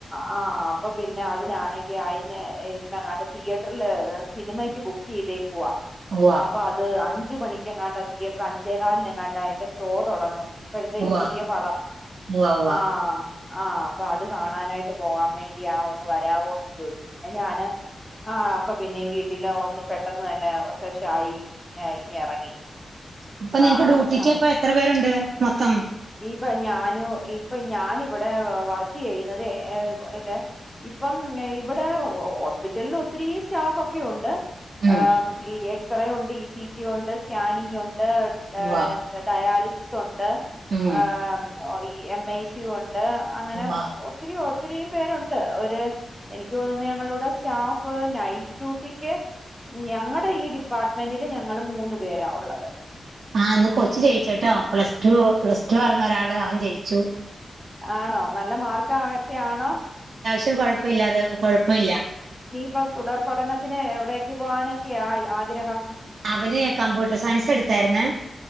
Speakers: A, in the centre; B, on the right (about 75°).
A: ആ അപ്പൊ പിന്നെ അതിനാണെങ്കിൽ അയിന് എന്നങ്ങാട്ട് തിയേറ്ററിൽ സിനിമക്ക് ബുക്ക് ചെയ്തേക്കുവ.
B: ഉവ്വ ഉവ്വ
A: അപ്പൊ അത് അഞ്ച് മണിക്കെങ്ങാണ്ട് തിയേറ്റർ അഞ്ചേകലിനെങ്ങാണ്ട് അതിന്റെ ഷോ തുടങ്ങും ഇപ്പോഴത്തെ
B: ഉവ്വ
A: ഈ പുതിയ പടം
B: ഉവ്വ ഉവ്വ
A: ആഹ് ആഹ് അപ്പൊ അത് കാണാനായിട്ട് പോകാൻ വേണ്ടി ആ ഒന്ന് വരാവോന്ന് ചോദിച്ചു പിന്നെ ഞാൻ ആഹ് അപ്പൊ പിന്നെ വീട്ടിൽ ഒന്ന് പെട്ടെന്ന് തന്നെ ഫ്രഷായി ഇറങ്ങി.
B: ഇപ്പൊ നിങ്ങക്ക്
A: ആ
B: ഡ്യൂട്ടിക്ക് അപ്പം എത്ര പേരുണ്ട് മൊത്തം?
A: ഇപ്പം ഞാനു ഇപ്പൊ ഞാൻ ഇവിടെ വർക്ക് ചെയ്യുന്നത് എ ഏല്ലെ- ഇപ്പം ഇവിടെ ഹോസ്പിറ്റലിൽ ഒത്തിരി സ്റ്റാഫോക്കെ ഉണ്ട്.
B: ഉം
A: ആ എക്സ്റേ ഉണ്ട്, ഇസിജി ഉണ്ട്, സ്കാനിങ് ഉ. ഡാ ഡാ
B: ഉവ്വ
A: ഡയാലിസിസ് ഉണ്ട്
B: ഉം
A: അ് ഈ എം ഐ സ്യുണ്ട്. ണ്ട് അങ്ങനെ
B: ഉവ്വ
A: ഒത്തിരി ഒത്തിരിയും പേരുണ്ട് ഒരു എനിക്ക് തോന്നുന്നു ഞങ്ങളടെ സ്റ്റാഫ് നൈറ്റ് ഡ്യൂട്ടിക്ക് ഞങ്ങളുടെ ഈ ഡിപ്പാർട്ട്മെന്റിൽ ഞങ്ങൾ മൂന്ന് പേരാഉള്ളത്.
B: ആ ഇന്ന് കൊച്ചു ജയിച്ചുട്ടോ പ്ലസ് ടു പ്ലസ് ടുവാറ്ന്ന് ഒരാള് അവൻ ജയിച്ചു.
A: ആണോ നല്ല മാർക്ക് ആ ഒക്കെ ആണോ?
B: ട്ടും കുഴപ്പ ഇില്ലാതെ കൊയപ്പില്ല.
A: ഇപ്പൊ തുടർ പഠനത്തിന് എവിടേക്ക് പോകാനൊക്കെയാ ആഗ്രഹം.
B: അവന് കമ്പ്യൂട്ടർ സയൻസ് എടുത്തായിരുന്ന്